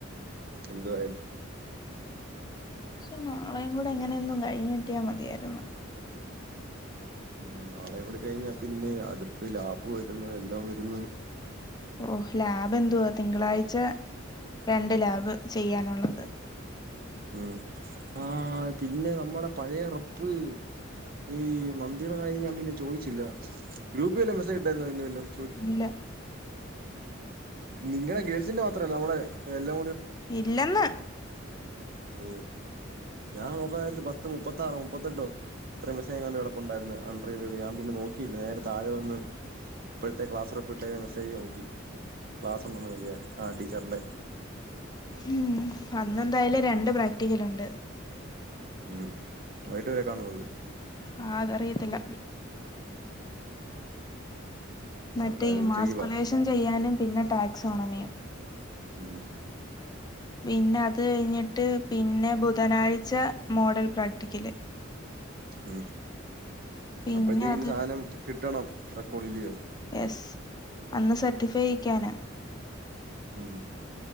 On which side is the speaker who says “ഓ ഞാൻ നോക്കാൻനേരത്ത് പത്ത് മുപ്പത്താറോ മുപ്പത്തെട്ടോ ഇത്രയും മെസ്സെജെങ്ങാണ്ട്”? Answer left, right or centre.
Right